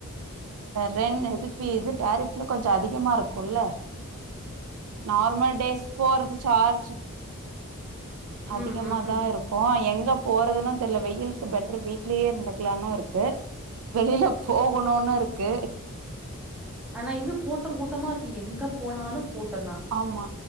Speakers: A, on the right; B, in the centre.
A: ரென் இது ஃபீ இது டாரிஃப்லா கொஞ்சோ அதிகமா இருக்குல்ல நார்மல் டேஸ் போறது சார்ஜ் அதிகமாதா
B: ம் ம்
A: இருக்கு எங்க போறதுன்னா தெர்ல வெயிலுக்கு பெட்டரு வீட்லேயே இருந்துக்கலான்னு இருக்கு வெளியில போகணுன்னு இருக்கு
B: ஆனா எங்க கூட்டங் கூட்டமா இருக்கு எங்க போனாலு கூட்டந்தா
A: ஆமா